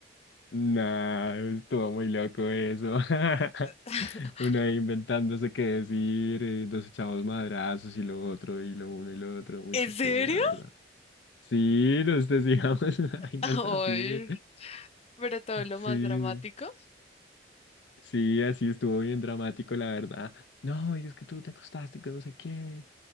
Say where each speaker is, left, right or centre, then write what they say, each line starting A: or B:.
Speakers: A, on the left; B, on the left.
A: Nah, estuvo muy loco eso. <laughs>
B: <laughs>
A: Uno ahí inventándose qué decir, eh, nos echamos madrazos y lo otro, y lo uno y lo otro, muy
B: ¿En
A: chistoso,
B: serio?
A: la verdad. Sí, nos decíamos <laughs> vainas
B: Ay,
A: así.
B: pero todo lo
A: Sí,
B: más dramático.
A: sí, así estuvo bien dramático, la verdad. No, y es que tú te acostaste con no sé quién.